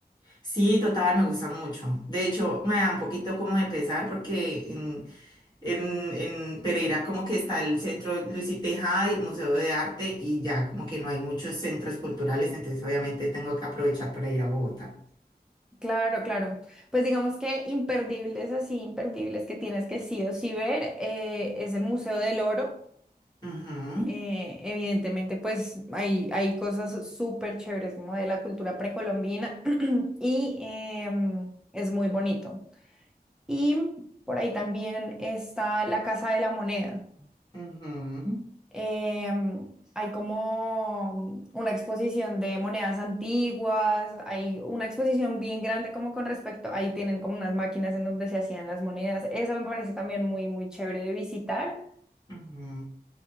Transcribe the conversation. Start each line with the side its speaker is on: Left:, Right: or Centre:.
Left: Sí, total, me gusta mucho. De hecho, me da un poquito como de pesar porque en- En, en Pereira como que está el Centro Luis y Tejada y el Museo de Arte y ya como que no hay muchos centros culturales, entonces obviamente tengo que aprovechar para ir a Bogotá.
Centre: Claro, claro. Pues digamos que imperdibles, así imperdibles que tienes que sí o sí ver, eh, es el Museo del Oro.
Left: Ujú,
Centre: Eh, evidentemente, pues hay, hay cosas súper chéveres como de la cultura precolombina <clears throat> y em, es muy bonito. Y por ahí también está la Casa de la Moneda.
Left: ujú,
Centre: Em, hay como una exposición de monedas antiguas, hay una exposición bien grande como con respecto, ahí tienen como unas máquinas en donde se hacían las monedas. Eso me parece también muy, muy chévere de visitar.
Left: ujú.